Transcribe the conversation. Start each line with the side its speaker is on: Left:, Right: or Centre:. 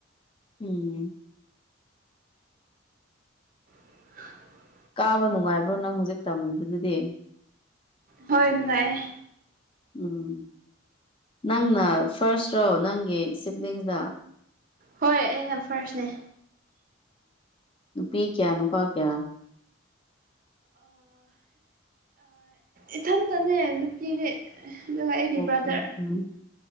Left: ꯎꯝ
Right: <unintelligible>
Left: ꯀꯥꯕ ꯅꯨꯡꯉꯥꯏꯕ꯭ꯔꯣ ꯅꯪ ꯍꯧꯖꯤꯛ ꯇꯝꯃꯤꯕꯗꯨꯗꯤ
Right: ꯍꯣꯏ ꯅꯨꯡꯉꯥꯏꯌꯦ
Left: ꯎꯝ ꯅꯪꯅ ꯐꯥꯔꯁ ꯔꯣ ꯅꯪꯒꯤ ꯁꯤꯞꯂꯤꯡꯁꯗ
Right: ꯍꯣꯏ ꯑꯩꯅ ꯐꯥꯔꯁꯅꯦ
Left: ꯅꯨꯄꯤ ꯀꯌꯥ ꯅꯨꯄꯥ ꯀꯌꯥ
Right: ꯏꯊꯟꯇꯅꯦ ꯅꯨꯄꯤꯗꯤ ꯑꯗꯨꯒ ꯑꯩꯒꯤ
Left: ꯑꯣꯀꯦ
Right: ꯕ꯭ꯔꯥꯗꯔ
Left: ꯎꯝ